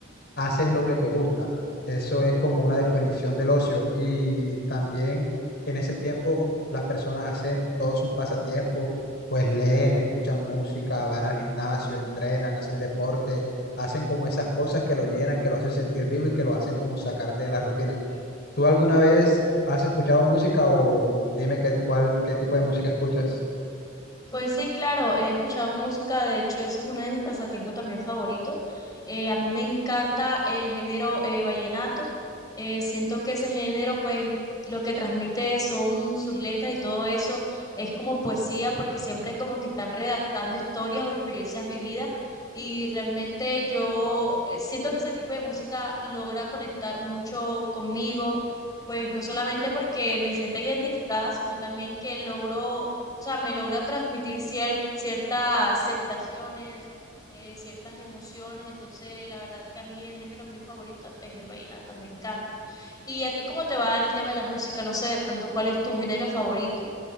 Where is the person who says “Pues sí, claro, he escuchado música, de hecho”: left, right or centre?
Left